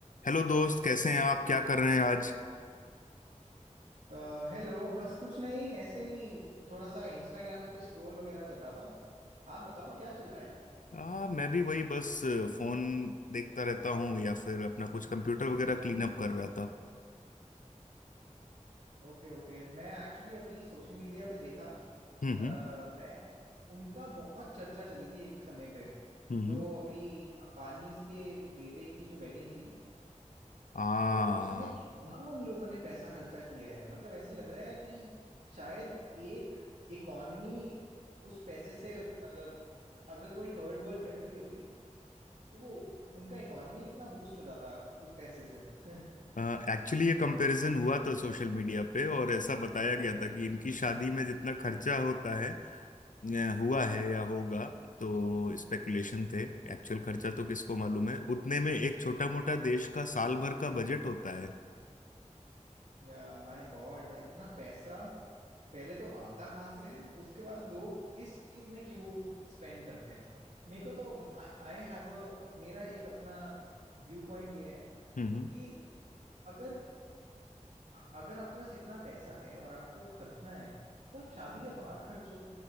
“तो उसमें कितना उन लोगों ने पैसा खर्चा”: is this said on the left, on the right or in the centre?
Right